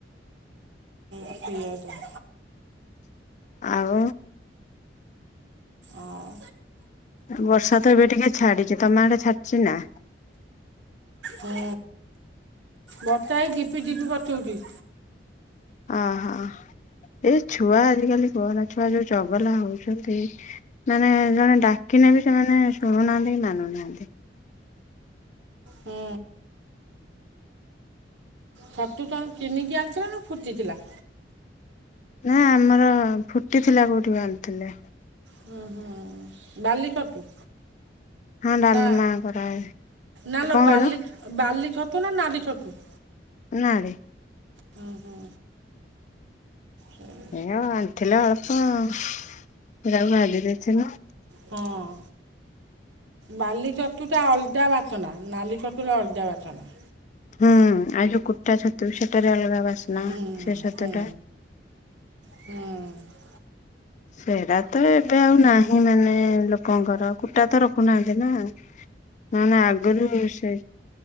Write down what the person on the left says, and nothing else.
ଆଉ।
ବର୍ଷା ତ ଏବେ ଟିକେ ଛାଡିଛି। ତମ ଆଡେ ଛାଡିଛି ନା?
ଅହୋ ଏଇ ଛୁଆ ଆଜିକାଲି କୁହନା ଛୁଆ ଯୋଉ ଚଗଲା ହଉଛନ୍ତି। ମାନେ ଜଣେ ଡାକିନେ ବି ସେମାନେ ଶୁଣୁନାହାନ୍ତି କି ମାନୁନାହାନ୍ତି।
ନା ଆମର ଫୁଟିଥିଲା କଉଠୁ କୋଉଠୁ ଆଣିଥିଲେ।
ହଁ ଡାଲମା
କରାହେ
କଣ
କହିଲ?
ନାରେ
ଏ ହଉ ଆଣିଥିଲେ ଅଳ୍ପ ଆଉ ମୁଁ ତାକୁ ଭାଜି ଦେଇଥିଲି
ହୁଁ ଆଉ ଯୋ କୁଟା ଛତୁ ସେଟାରେ ଅଲଗା ବାସନା
ସେ ଛତୁଟା
ସେଇଟା ତ ଏବେ ଆଉ ନାହିଁ ମାନେ ଲୋକଙ୍କର କୁଟା ତ ରଖୁନାହାନ୍ତି ନା ମାନେ ଆଗରୁ ସେ